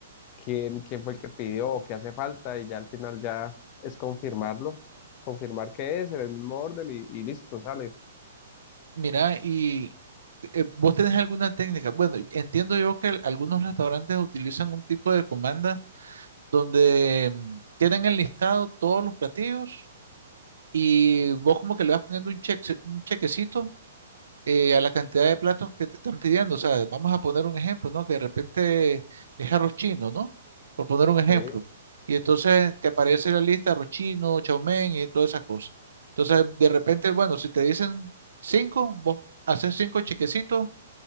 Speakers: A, on the left; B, on the right.
A: quién, quién fue el que pidió o qué hace falta, y ya al final ya es confirmarlo, confirmar que es en el mismo orden y, y listo, sale.
B: Mira, y eh, ¿vos tenés alguna técnica? Bueno, entiendo yo que algunos restaurantes utilizan un tipo de comanda donde mm, tienen enlistado todos los platillos y vos como que le vas poniendo un cheque, un chequecito eh, a la cantidad de platos que te están pidiendo. O sea, vamos a poner un ejemplo, ¿no? Que de repente es arroz chino, ¿no? Por poner un ejemplo.
A: Sí.
B: Y entonces te aparece la lista arroz chino, chow mein y todas esas cosas. Entonces, de repente, bueno, si te dicen cinco, vos haces cinco chequecitos